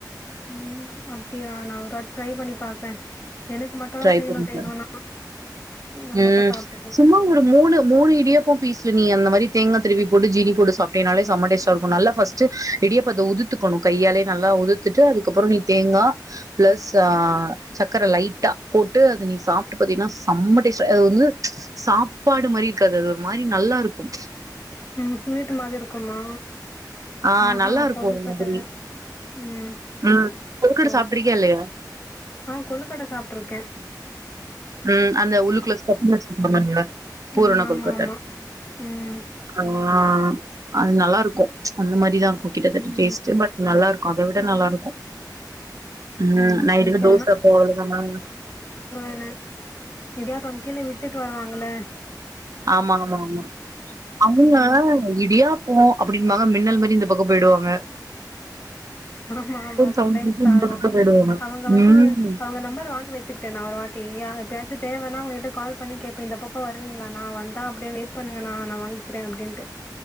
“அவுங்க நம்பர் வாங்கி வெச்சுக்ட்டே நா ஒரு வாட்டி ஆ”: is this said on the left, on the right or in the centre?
Left